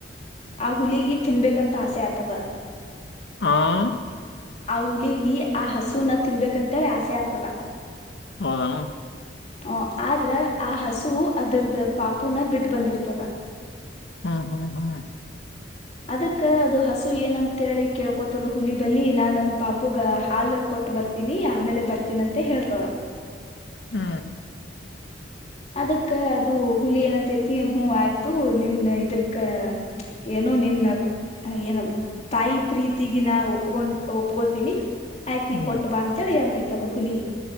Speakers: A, on the left; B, on the left.
A: ಆ ಹುಲಿಗಿ ತಿನ್ಬೇಕಂತ ಆಸೆ ಆತದ
B: ಆಂ
A: ಆ ಹುಲಗಿ ಆ ಹಸುನ ತಿನ್ಬೇಕಂತೇಳ ಆಸೆ ಆಗ್ತದ
B: ಹೌದು
A: ಹ ಆದ್ರ ಆ ಹಸು ಅದ್ರದ ಪಾಪುನ ಬಿಟ್ಟ ಬಂದಿರ್ತದ
B: ಹ್ಮ್ ಹ್ಮ್ ಹ್ಮ್
A: ಅದಕ್ಕ ಅದು ಹಸು ಏನಂತಿ ಕೇಳ್ಕೊತದ ಹುಲಿ ಬಲಿ ನಾನ್ ನನ್ ಪಾಪುಗ ಹಾಲು ಕೊಟ್ಟ ಬರ್ತೀನಿ ಆಮೇಲೆ ಬರ್ತೀನಿ ಅಂತ ಹೇಳ್ತವ
B: ಹ್ಮ್
A: ಅದಕ್ಕ ಅದು ಹುಲಿ ಏನಂತೇತಿ ಹುಂ ಆಯ್ತು ನಿನ್ನ ಇದಕ್ಕ ಏನು ನಿನ್ನ ಏನದು ತಾಯಿ ಪ್ರೀತಿಗಿನಾ ಒಪ್ಕೊಂಡ ಒಪ್ಕೋತೀನಿ ಆಯ್ತ್ ನೀ
B: ಹ್ಮ್
A: ಕೊಟ್ಟ ಬಾ ಅಂತೇಳಿ ಅಂತಯಿತ್ ತದು ಹುಲಿ